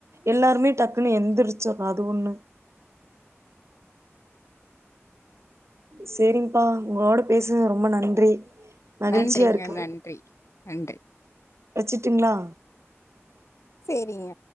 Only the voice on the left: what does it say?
நன்றிங்க
நன்றி நன்றி.
சேரிங்க